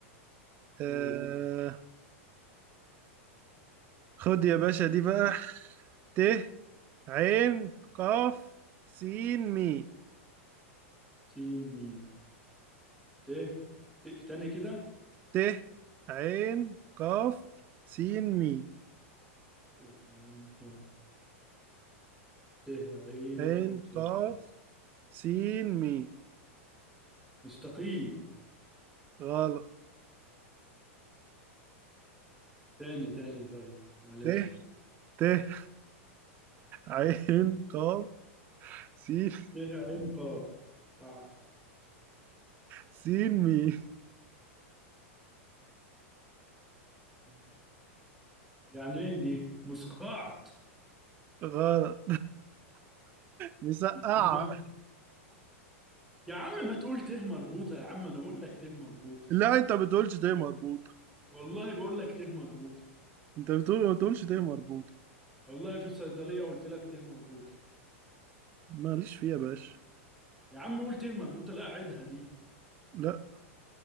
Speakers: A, on the right; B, in the centre.
A: آه
B: قول
A: خد يا باشا دي بقى ت عين قاف سين مي
B: سين ميم ت ت تاني كده
A: ت عين قاف سين مي
B: ت عين قاف ت عين
A: عين
B: قاف
A: قاف سين مي
B: مستقيم
A: غلط
B: تاني تاني طيب معلش
A: ت ت <laughs> عين قاف سين
B: ت عين قاف قاع
A: سين
B: قاع-
A: مي
B: قاع. يعني ايه دي مسقعت
A: غلط مسقعة
B: <laughs> يا عم ما تقول ته مربوطة يا عم أنا بقول لك ته مربوطة
A: لا انت ما بتقولش ده مربوطة
B: والله بقول لك ته مربوطة
A: انت بتقول ما تقولش ده مربوطة
B: والله في الصيدلية قلت لك ته مربوطة
A: ماليش فيها يا باشا
B: يا عم قول ته مربوطة لا أعدها دي
A: لا